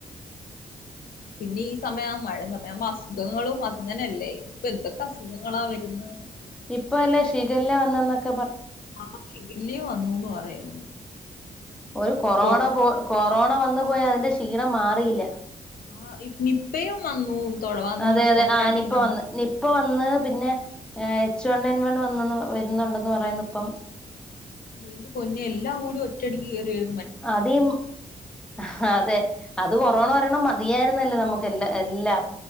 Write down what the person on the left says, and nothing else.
പിന്നെ ഈ സമയം മഴ സമയാവുമ്പോ അസുഖങ്ങളും അങ്ങനെല്ല...... ല്ലെ ഇപ്പൊ എന്തൊക്കെ അസുഖങ്ങളാ വര്ന്ന്.....
ആഹ് ശിഖല്യ വന്നൂന്ന് പറയുന്നു
ഓ
ആ നിപ്പയും വന്നു <unintelligible>
ഒന്ന്
രണ്ടെണ്ണം.
ന്റെ പൊന്നെ എല്ലാം കൂടി ഒറ്റടിക്ക് കേറി വര്